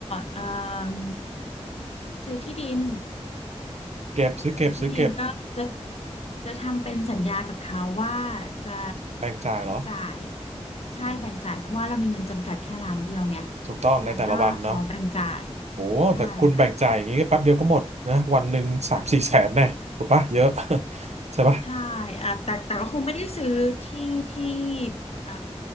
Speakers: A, on the left (about 65°); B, on the right (about 80°).
A: เอิ่มซื้อที่ดิน
B: เก็บซื้อเก็บซื้อเก็บ
A: ซื้อที่ดินก็จะจะทำเป็นสัญญากับเขาว่าจะ
B: แบ่งจ่ายเหรอ
A: จ่ายใช่แบ่งจ่ายเพราะว่าเรามีเงินจำกัดแค่ล้านเดียวไง
B: อืมถูกต้องในแต่ละวันเนาะ
A: ฉะนั้นก็ขอแบ่งจ่าย
B: โอ้แต่คุณแบ่งจ่ายอย่างนี้แป๊บเดียวก็หมดนะวันหนึ่งสามสี่แสนแน่ถูกปะเยอะ
A: ใช่ค่ะ
B: <laughs> ใช่ปะ
A: ใช่อ่ะแต่แต่ก็คงไม่ได้ซื้อที่ที่เอ่อ